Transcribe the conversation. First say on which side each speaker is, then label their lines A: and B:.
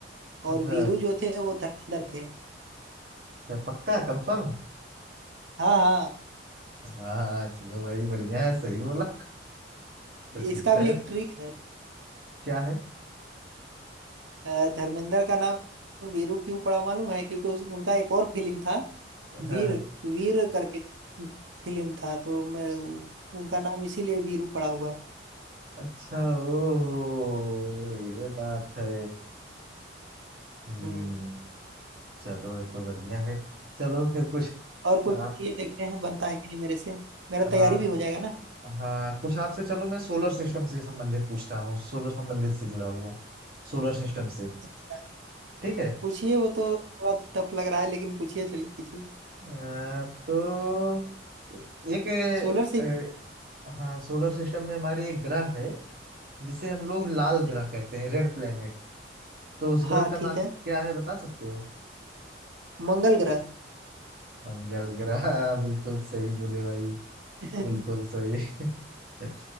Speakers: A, on the right; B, on the right.
A: अच्छा
B: और वीरू जो थे वो धर्मेंद्र थे
A: अच्छा, पक्का कंफर्म
B: हाँ हाँ
A: हाँ चलो भाई बढ़िया है सही बोला तो
B: इसका
A: ठीक था
B: भी एक ट्रिक है
A: क्या है
B: अ, धर्मेंद्र का नाम वीरू क्यों पड़ा मालूम है क्योंकि उस, उनका एक और फिल्म था
A: हाँ
B: वीर वीर करके फिल्म था तो मैं उनका नाम इसीलिए वीरू पड़ा हुआ है
A: अच्छा ओहो ये बात है हम्म
B: हम्म
A: चलो ये तो बढ़िया है चलो फिर कुछ
B: और कुछ
A: आप
B: ये देखते हैं बनता है कि नहीं मेरे से मेरा तैयारी
A: हाँ
B: भी हो जाएगा ना
A: हाँ कुछ आपसे चलो मैं सोलर सिस्टम से संबंधित पूछता हूँ सोलर संबंधित से जुड़ा हुआ है सोलर सिस्टम से
B: अच्छा
A: ठीक है
B: पूछिए वो तो थोड़ा टफ लग रहा है लेकिन पूछिए चलिए पूछिए
A: अ, तो एक
B: सोलर से
A: अ,
B: ही पूछिए।
A: हाँ सोलर सिस्टम में हमारे एक ग्रह है जिसे हम लोग लाल
B: <laughs>
A: ग्रह कहते हैं रेड प्लेनेट तो उस ग्रह
B: हाँ
A: का
B: ठीक
A: नाम
B: है
A: क्या है बता सकते हो
B: मंगल ग्रह
A: मंगल ग्रह <laughs> बिल्कुल सही बोले भाई
B: <laughs>
A: बिल्कुल सही <laughs>